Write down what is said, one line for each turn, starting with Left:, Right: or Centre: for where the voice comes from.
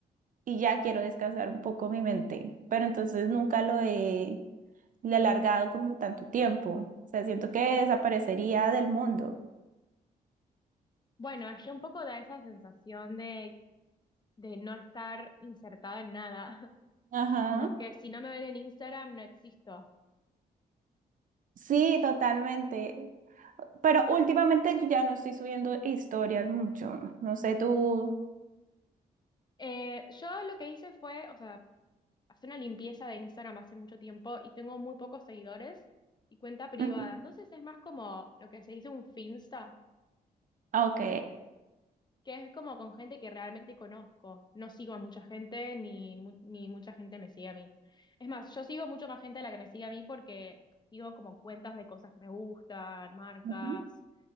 Right: y ya quiero descansar un poco mi mente. Pero entonces nunca lo he, le he alargado como tanto tiempo. O sea, siento que desaparecería del mundo.
Left: Bueno, es que un poco da esa sensación de, de no estar insertada en nada, <laughs>
Right: Ajá.
Left: como que si no me ven en Instagram no existo.
Right: Sí, totalmente. Pero últimamente yo ya no estoy subiendo historias mucho. No sé tú.
Left: Eh, yo lo que hice fue, o sea, hacer una limpieza de Instagram hace mucho tiempo y tengo muy pocos seguidores y cuenta privada,
Right: Ujú,
Left: entonces es más como lo que se dice un Finsta
Right: Ok.
Left: que es como con gente que realmente conozco. No sigo a mucha gente ni, mu- ni mucha gente me sigue a mí. Es más, yo sigo mucho más gente de la que me sigue a mí porque sigo como cuentas de cosas que me gustan, marcas.
Right: ujú.